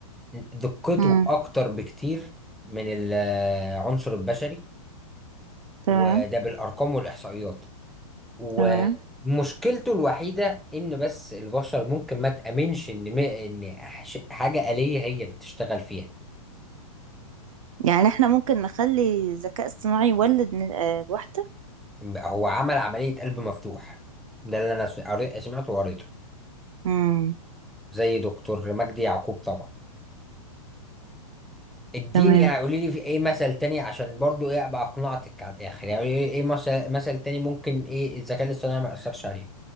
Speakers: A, in the centre; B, on the right.
A: دقته
B: مم.
A: أكتر بكتير من العنصر البشري
B: تمام
A: وده بالأرقام والإحصائيات ومشكلته
B: تمام
A: الوحيدة إن بس البشر ممكن ما تأمنش إن ما- إن ح- حاجة آلية هي اللي تشتغل فيها
B: يعني احنا ممكن نخلي ذكاء اصطناعي يولد ن- آه، واحدة
A: هو عمل عملية قلب مفتوح ده اللي أنا س- قري- سمعته وقريته
B: مم.
A: زي دكتور مجدي يعقوب طبعا اديني
B: تمام
A: يعني قولي لي في ايه مثل تاني عشان برضو ايه ابقى اقنعتك على الاخر يعني قولي لي ايه مثل مثل تاني ممكن ايه الذكاء الاصطناعي ما ياثرش عليه